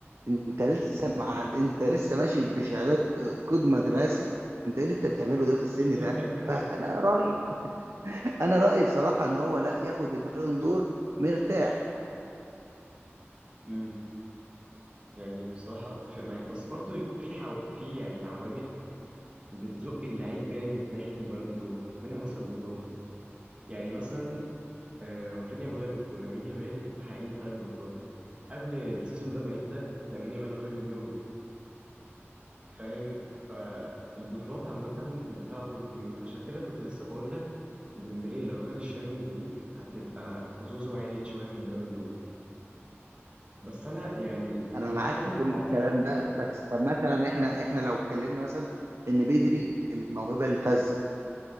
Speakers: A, on the right; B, on the right.
A: أنت لسه مع أنت لسه ماشي بشهادات قيد مدرسي أنت إيه اللي أنت بتعمله ده في السن
B: <laughs>
A: ده فأنا رأيي أنا رأيي بصراحة إن هو لا ياخد البالون دور مرتاح
B: امم يعني بصراحة أتفق معاك بس برضو في حو... في يعني عوامل بتزق اللعيب جامد ناحية البالون دور منها مثلا بطولات يعني مثلا آه، رافينيا ولام ولامين يامال حقين ثلاث بطولات قبل السيزون ده ما يبدأ لامين يامال واخد اليورو فاهم فالبطولات عامة بتلعب دور كبير عشان كده كنت لسه بقول لك ديمبلي لو خد الشامبيونز ليج هتبقى حظوظه عالية شوية في البالون دور بس أنا يعني
A: أنا
B: لو
A: معاك
B: هتكلم
A: في كل
B: كعاطفة
A: الكلام ده بس طب مثلا إحنا إحنا لو اتكلمنا مثلا إن بدري الموهبة الفذة